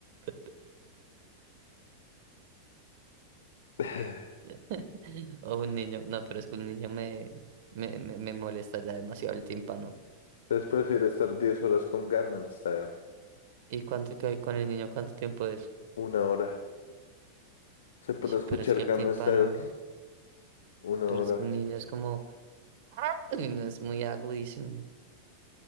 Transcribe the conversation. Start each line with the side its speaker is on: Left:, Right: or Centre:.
Right: up,
Left: <laughs>
Right: <laughs> O un niño, no, pero es que un niño me, me, me, me molesta ya demasiado el tímpano.
Left: <sighs> Entonces prefiere estar 10 horas con Gangnam Style.
Right: ¿Y cuánto que con el niño cuánto tiempo es?
Left: Una hora. Se pone
Right: Ish,
Left: a escuchar
Right: Pero es que
Left: Gangnam
Right: el tímpano,
Left: Style una
Right: pero
Left: hora.
Right: es que un niño es como, uy, no es muy agudísimo.